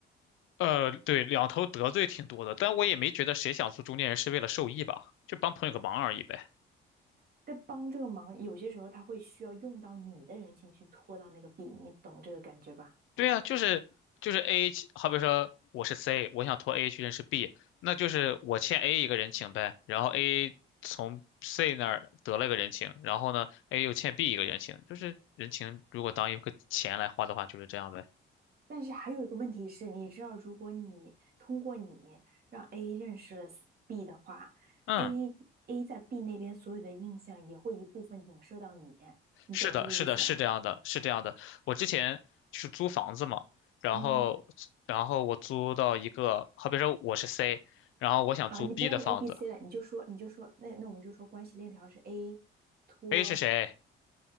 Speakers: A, on the left; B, on the right.
A: 呃，对，两头得罪挺多的，但我也没觉得谁想做中间人是为了受益吧，就帮朋友个忙而已呗。
B: 在帮这个忙，有些时候他会需要用到你的人情去拖到那个 B，你懂这个感觉吧？
A: 对呀，就是就是 A，去好比说我是 C，我想托 A 去认识 B，那就是我欠 A 一个人情呗，然后 A 从 C 那儿得了一个人情，然后呢，A 又欠 B 一个人情，就是人情如果当一个钱来花的话，就是这样呗。
B: 但是还有一个问题是，你知道，如果你通过你让 A 认识了 B 的话，A
A: 嗯。
B: A 在 B 那边所有的印象也会一部分影射到你，你懂这个意思吧？
A: 是的，是的，是这样的，是这样的。我之前就是租房子嘛，然后，
B: 嗯
A: 然后我租到一个，好比说我是 C，然后我想租
B: 啊，你不要用
A: B 的房子
B: A B C 了，你就说你就说那那我们就说关系链条是 A 托，
A: ，A 是谁？